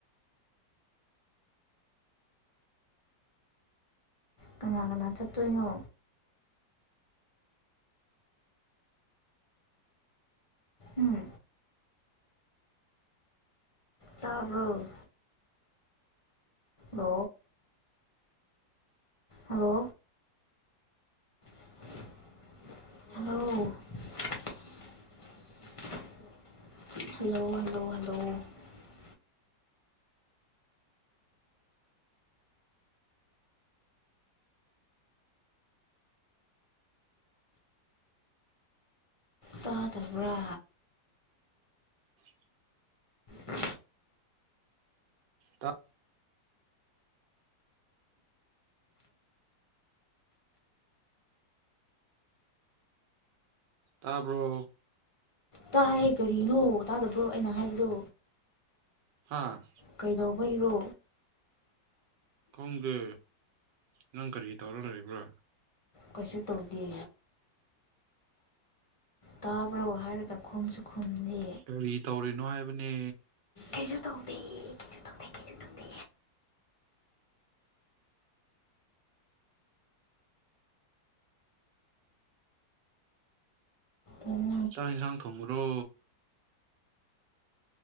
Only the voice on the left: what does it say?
ꯀꯅꯥꯒꯅꯥ ꯆꯠꯇꯨꯅꯣ ꯎꯝ ꯇꯔꯕꯣ ꯑ ꯍꯣ ꯍꯂꯣ ꯍꯂꯣ ꯍꯂꯣ ꯇꯥ ꯇꯕ꯭ꯔ
ꯎ
ꯇꯥꯏ ꯀꯔꯤꯅꯣ ꯇꯥꯗꯕ꯭ꯔꯣ ꯑꯩꯅ ꯍꯥꯏꯕꯗꯣ
ꯀꯩꯗꯧꯕꯩꯔꯣ
ꯀꯩꯁꯨ ꯇꯧꯗꯦ ꯇꯥꯕ꯭ꯔꯣ ꯍꯥꯏꯔꯒ ꯈꯨꯝꯁꯨ ꯈꯨꯝꯅꯤ
ꯀꯩꯁꯨ ꯇꯧꯗꯦ ꯀꯩꯁꯨ ꯇꯧꯗꯦ ꯀꯩꯁꯨ ꯇꯧꯗꯦ ꯎ